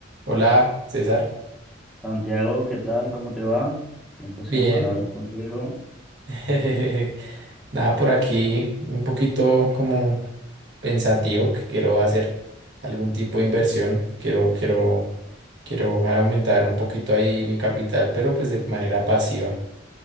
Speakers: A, on the right (about 65°); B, in the centre.
A: Hola, César.
B: Santiago, ¿qué tal? ¿Cómo te va? Tiempo sin
A: Bien.
B: hablar contigo.
A: <laughs> Nada por aquí, un poquito como pensativo que quiero hacer algún tipo de inversión. Quiero, quiero, quiero aumentar un poquito ahí mi capital, pero pues de manera pasiva.